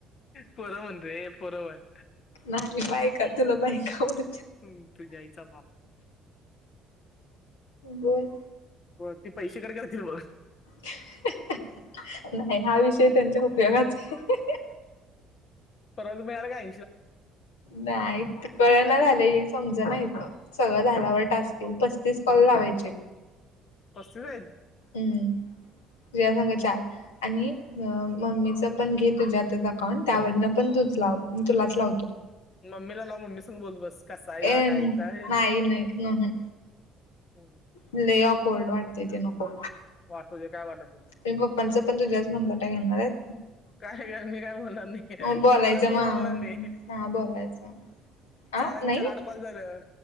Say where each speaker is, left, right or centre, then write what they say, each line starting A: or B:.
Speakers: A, on the left; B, on the left.
A: पोर म्हण रे पोर म्हण
B: नाही बायका तुला बायक आवडत
A: हम् तूझ्या आईचा भांव
B: बोल
A: हो ते पैसे कट करतील बघ.
B: हहह नाही हा विषय त्यांच्या उपयोगाचा आहे.
A: परत मिळाल काय?
B: नाहीत कळ ना झालंय. समज नाहीत सगळं झाल्यावर टास्केल पस्तीस कॉल लावायचे.
A: अस होय.
B: हम्म तुझ्या सांगा चार आणि मम्मीच पण घे तुझ्या आता. त्यावर पण तू तुलाच लाव.
A: मम्मीला लाव मम्मी सून बोलतो बस कसाय जा
B: ए नाही
A: कायचा हे ना.
B: नाही नाही
A: हम्
B: लय ऑफ वर्ड वाटत ते नको.
A: वाटु दे काय वाटतं
B: मी पप्पांचा पण तुझ्याच नंबरला घेणार आहेत.
A: काय कर मी काय बोलणार नाही
B: बोलायचं
A: एवढ मी
B: मग
A: बोलणार नाही.
B: हा बोलायचं आ
A: चारां
B: नाही
A: चार आठ कॉल झालं.